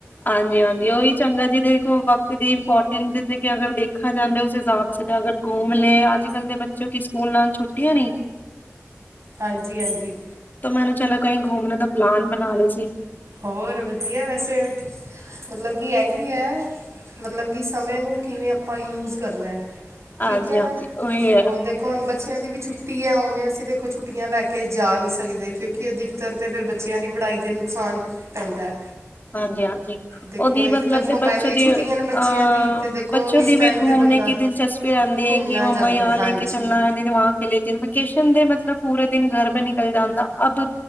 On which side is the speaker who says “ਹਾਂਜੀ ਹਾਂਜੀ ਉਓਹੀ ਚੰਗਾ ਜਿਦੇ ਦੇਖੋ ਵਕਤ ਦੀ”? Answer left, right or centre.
Left